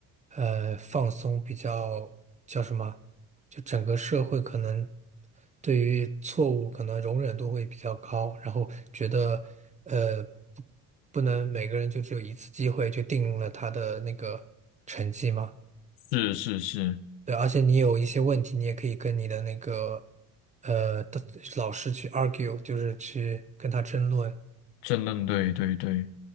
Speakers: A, on the right; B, on the left.
A: 呃，放松，比较叫什么，就整个社会可能对于错误可能容忍度会比较高，然后觉得，呃，不不能每个人就只有一次机会就定了他的那个成绩吗？
B: 是是是，
A: 对，而且你有一些问题，你也可以跟你的那个呃的老师去 argue，就是去跟他争论。
B: 争论，对对对，